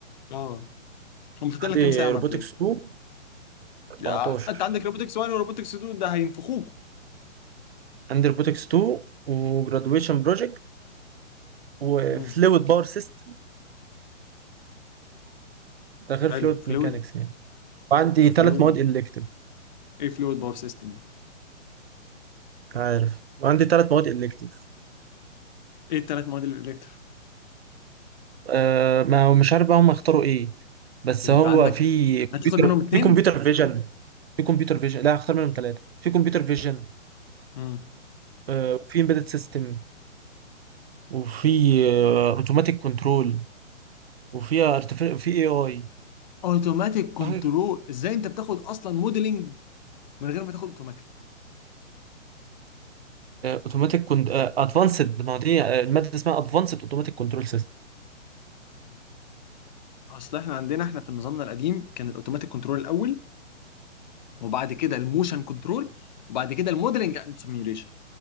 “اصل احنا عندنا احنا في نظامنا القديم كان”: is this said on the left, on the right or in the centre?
Left